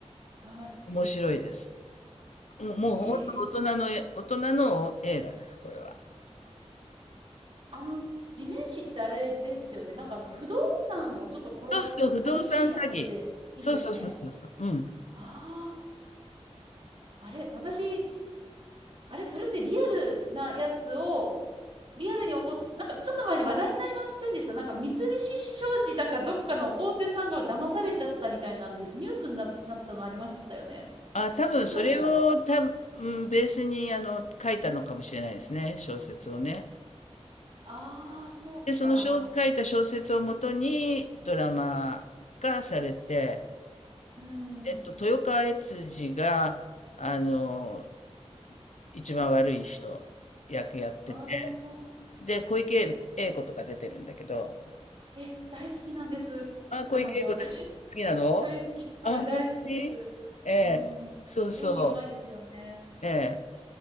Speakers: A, on the right (about 50°); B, on the left (about 90°).
A: はい。
B: 面白いです。もう、もう本当大人のえ、
A: へえ。
B: 大人の映画です、これは。
A: あの、地面師ってあれですよね。なんかあの、不動産をちょっと転がす詐欺師のことでいいですよね。
B: そうそう、不動産詐欺。そうそうそうそうそう。うん。
A: ああ、あれ、私、あれ、それってリアルなやつを、リアルに起こっ、なんかちょっと前に話題になりませんでした。なんか三菱商事だかどっかの大手さんが騙されちゃったみたいなんで、ニュースにな、なったのありましたよね。
B: あ、多分それを多分、
A: いつだったかな。
B: うんベースにあの書いたのかもしれないですね、小説をね。
A: ああ、そうか。
B: で、その小書いた小説をもとにドラマ化されて、
A: うん。
B: えっと、豊川悦司が、あの、一番悪い人役やってて、
A: ああ、
B: で、小池栄子とか出てるんだけど、
A: え、大好きなんです。
B: あ、小池栄子です好きなの？
A: 彼女、私。大好き。はい、
B: あ、
A: 大好きです。
B: 本当に？ええ、
A: うん。
B: そうそ
A: 演技うまいですよね。
B: う。ええ、